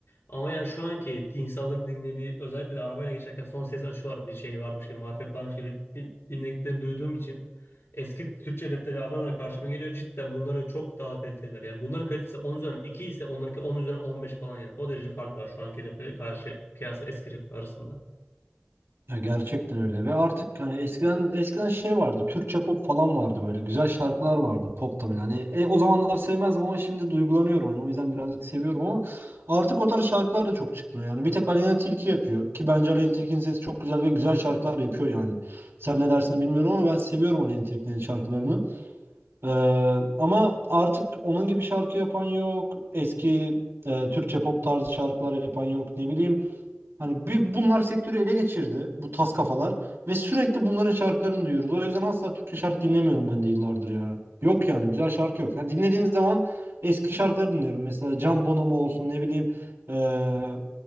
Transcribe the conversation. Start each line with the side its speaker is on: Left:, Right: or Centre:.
Left: Ama yani şu anki insanların dinlediği özellikle de arabayla geçerken son ses açıyorlar bir şey varmış gibi marifet varmış gibi din- dinlediklerini duyduğum için eski Türkçe rapleri ara ara karşıma geliyor. Cidden bunlara çok daha kaliteliler. Yani bunların kalitesi 10 üzerinden 2 ise onlarınki 10 üzerinden 15 falan yani. O derece fark var şu anki rap'e karşı kıyasla eski rap arasında.
Right: Ya gerçekten öyle ve artık hani eskiden eskiden şey vardı Türkçe pop falan vardı böyle güzel şarkılar vardı pop da hani e, o zamanlar sevmezdim ama şimdi duygulanıyorum hani o yüzden birazcık seviyorum ama artık o tarz şarkılar da çok çıkmıyor yani bir tek Aleyna Tilki yapıyor ki bence Aleyna Tilki'nin sesi çok güzel ve güzel şarkılar yapıyor yani sen ne dersin bilmiyorum ama ben seviyorum Aleyna Tilki'nin şarkılarını Ee, ama artık onun gibi şarkı yapan yok eski e, Türkçe pop tarzı şarkılar yapan yok ne bileyim Hani bir, bunlar sektörü ele geçirdi bu tas kafalar ve sürekli bunların şarkılarını duyuyoruz. O yüzden asla Türkçe şarkı dinlemiyorum ben de yıllardır ya. Yok yani güzel şarkı yok. Ha, dinlediğim zaman eski şarkıları dinliyorum. Mesela Can Bonomo olsun ne bileyim eee,